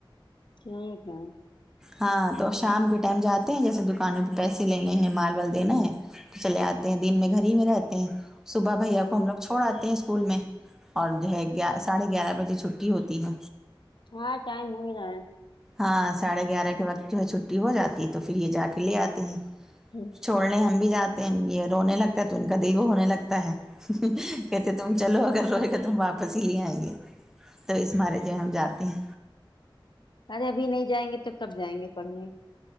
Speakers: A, on the left; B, in the centre.
A: ٹھیک ہے
B: ہاں تو شام کے ٹائم جاتے ہیں جیسے دکانوں پہ پیسے لینے ہیں مال وال دینا ہے تو چلے آتے ہیں دن میں گھر ہی میں رہتے ہیں صبح بھیا
A: ہوں
B: کو ہم لوگ چھوڑ آتے ہیں اسکول میں اور جو ہے گی ساڑھے گیارہ بجے چھٹی ہوتی ہے
A: ہاں ٹائم ہوئی رہا ہے
B: ہاں ساڑھے گیارہ کے وقت جو ہے چھٹی ہو جاتی ہے تو پھر یہ جا کے لے آتے ہیں
A: ہوں
B: چھوڑنے ہم بھی جاتے ہیں یہ رونے لگتا ہے تو ان کا دل وہ ہونے لگتا ہے کہتے تم چلو اگر روئے گا تم واپس ہی لے آئیں گے تو اس مارے جو ہم جاتے ہیں
A: ارے ابھی نہیں جائیں گے تو کب جائیں گے پڑھنے